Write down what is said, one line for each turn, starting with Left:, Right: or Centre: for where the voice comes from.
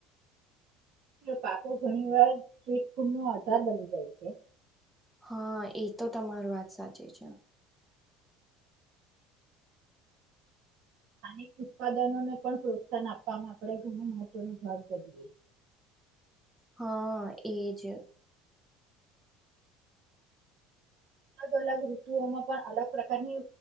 Right: પાકો ઘણી વાર સ્ટ્રીટ ફૂડ નો આધાર બની જાય છે.
Centre: હા એ તો તમારી વાત સાચી છે.
Right: સ્થાનિક ઉત્પાદનોને પણ પ્રોત્સાહન આપવાવામાં આપણે ઘણું મહત્વનો ભાગ બજએ
Centre: હા એજ.
Right: અલગ અલગ ઋતુઓમાં પણ અલગ પ્રકારની